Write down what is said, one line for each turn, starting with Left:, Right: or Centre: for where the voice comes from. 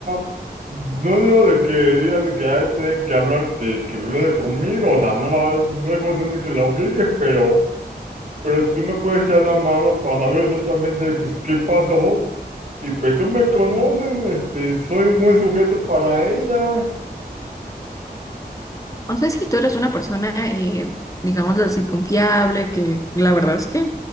Right: sea, no digo de que diga de que ay, tienen que hablar, que, que regrese conmigo, o sea, no, la, no es cuestión de que la obligues, pero, pero tú me puedes echar la mano para saber exactamente, pues, qué pasó, y pues tú me conoces, este, soy un buen sujeto para ella,
Left: O sea, si tú eres una persona, eh, digámoslo así, confiable, que la verdad es que